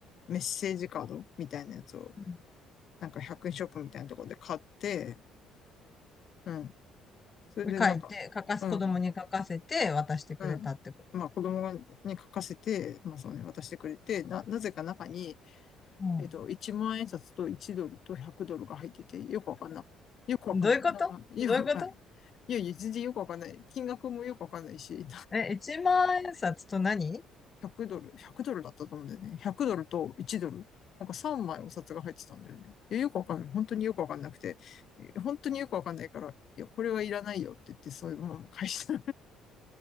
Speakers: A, on the left; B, on the left.
A: メッセージカードみたいなやつを、
B: うん
A: なんか100円ショップみたいなところで買って、うん。それでなんか、
B: うん書いて、書かす、
A: うん、
B: 子供に書かせて渡してくれたってこと。
A: うん。まあ、子供がに書かせて、まあ、そうね、渡してくれて、な、なぜか中に、
B: うん。
A: えっと、
B: う
A: 1万円札と1ドルと100ドルが入ってて、よくわかんない。よくわかんない。
B: んどういうことどういうこと
A: なんかよくわかんない。いやいや、全然よくわかんない。金額もよくわかんないし、
B: え、一万円札と何
A: 100ドル、100ドルだったと思うんだよね。100ドルと1ドル。なんか3枚お札が入ってたんだよね。いや、よくわかんない。本当によくわかんなくて。本当によくわかんないから、いや、これはいらないよって言って、そういうものも返した。